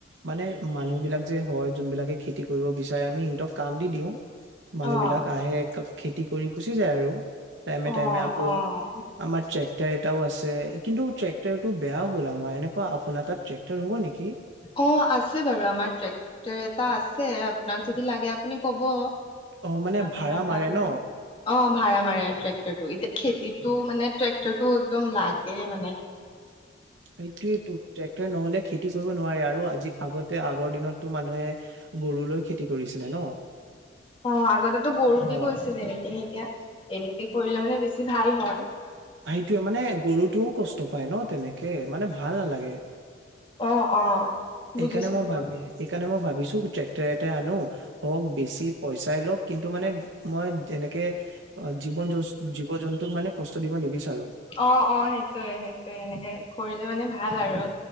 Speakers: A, on the right; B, on the left.
A: মানে মানুহ বিলাক যে হয় যোনবিলাকে খেতি কৰিব বিচাৰে আমি সিহতক কাম দি দিও। মানুহ
B: অ',
A: বিলাক আহে খেতি কৰি গুচি যায় আৰু। টাইমে
B: অ',
A: টাইমে আকৌ
B: অ',
A: আমাৰ ট্ৰেক ট এটাও আছে কিন্তু ট্ৰেক্টৰটো বেয়া হ'ল আমাৰ এনেকুৱা আপোনাৰ তাত ট্ৰেক্টাৰ হ'ব নেকি?
B: অ, আছে বাৰু আমাৰ ট্ৰেক্টৰ এটা আছে আপোনাক যদি লাগে আপুনি ক'ব।
A: অ, মানে
B: আপোনাৰ
A: ভাড়া
B: তালৈ
A: মাৰে ন?
B: মানে অ, ভাড়া মাৰে ট্ৰেক্টৰটো এতিয়া খেতিতটো মানে ট্ৰেক্টৰটো একদম লাগে মানে। <inaudible>
A: সেইটোোৱেইটো ট্ৰেক্টৰ নহলে খেতি কৰিব নোৱাৰে আৰু আজি আগতে আগৰ দিনততো মানুহে গৰুলৈ খেতি কৰিছিলে ন'?
B: অ' আগতেো গৰু
A: অ
B: দি গৈছিল এ নেকি এতিয়া এনেকে কৰিলে মানে বেছি ভাল হয়।
A: সেইটয়ে মানে গৰুটোও কষ্ট পায় ন তেনেকে মানে ভাল নালাগে।
B: অ', অ'। বুজিছো
A: সেইকাৰণে মই
B: দিয়ক
A: ভাবি এইেইণে মই ভাবিছো ট্ৰেক্টাৰ এটাই আনো হওক বেছি পইচাই লওক কিন্তু মানে মই যেনেকে অ' জীৱন জন্ত জীৱ জন্তুক মানে কষ্ট দিব নিবিচাৰো।
B: অ', অ' সেইটোয়ে সেইটোয়ে এনেকে কৰিলে মানে ভাল আৰু।